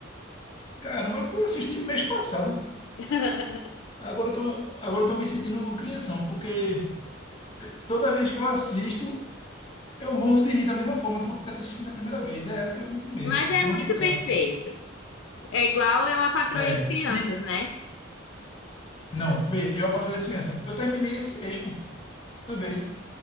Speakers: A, on the left; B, on the left.
A: Caramba, eu assisti mês passado.
B: <laughs>
A: Agora eu tô, agora eu tô me sentindo crianção, porque toda vez que eu assisto, eu morro de rir da mesma forma, como se estivesse assistindo a primeira vez. É ela, dois anos e meio.
B: Mas é
A: Eu
B: muito
A: não me canso.
B: bem feito. É igual eu a Patroa
A: É,
B: e as Crianças,
A: e.
B: né?
A: Não, vê, eu a Patrulha Crianças. Eu terminei esse mês, pô, também.